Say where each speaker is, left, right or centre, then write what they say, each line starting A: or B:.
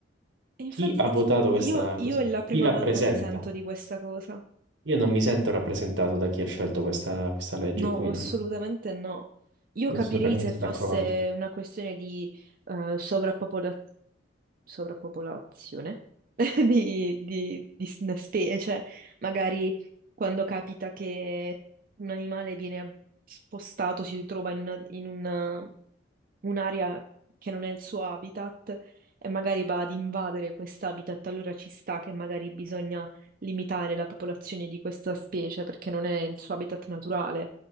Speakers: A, on the right; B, on the right.
A: E infatti
B: chi ha votato
A: ti- io,
B: questa
A: io
B: cosa,
A: è la prima
B: chi rappresenta.
A: volta che sento di questa cosa.
B: Io non mi sento rappresentato da chi ha scelto questa, questa legge
A: No,
B: qui,
A: assolutamente
B: non,
A: no. Io
B: non
A: capirei
B: sono per niente
A: se fosse
B: d'accordo.
A: una questione di eh, sovrappopolazione sovrappopolazione <laughs> di, di- di s- una specie, magari quando capita che un animale viene ab- spostato, si ritrova in una- in una- un'area che non è il suo habitat e magari va ad invadere quest'habitat, allora ci sta che magari bisogna limitare la popolazione di questa specie perché non è il suo habitat naturale.